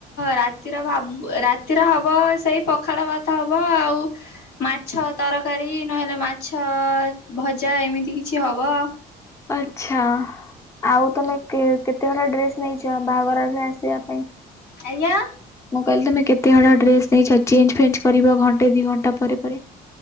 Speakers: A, on the left; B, on the left.
A: ରାତିର ଭାବ ରାତିର ହବ ସେଇ ପଖାଳ ଭାତ ହବ। ଆଉ ମାଛ ତରକାରୀ ନହେଲେ ମାଛ ଭଜା ଏମିତି କିଛି ହବ। ହବ।
B: ଆଛା। ଆଉ ତମେ କେ କେତେ ହଳ ଡ୍ରେସ ନେଇଛ ବାହାଘରରେ ଆସିବା ପାଇଁ?
A: ଆଜ୍ଞା?
B: ମୁଁ କହିଲି ତମେ କେତେ ହଳ ଡ୍ରେସ ନେଇଛ? ଚେଞ ଫେଞ୍ଚ କରିବ ଘଣ୍ଟେ ଦି ଘଣ୍ଟା ପରେ ପରେ।